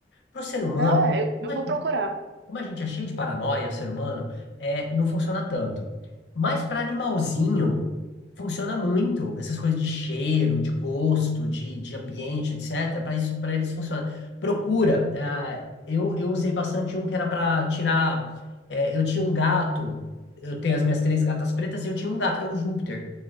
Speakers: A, on the left; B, on the right.
A: Para o ser humano,
B: Ah, eu,
A: como
B: eu
A: a
B: vou
A: gente
B: procurar.
A: como a gente é cheio de paranoia, o ser humano, é, não funciona tanto. Mas para animalzinho, funciona muito. Essas coisas de cheiro, de gosto, de, de ambiente, etcétera Para isso, para eles funciona. Procura. ah, eu, eu usei bastante um que era para tirar. eh, eu tinha um gato. Eu tenho as minhas três gatas pretas e eu tinha um gato que era o Júpiter.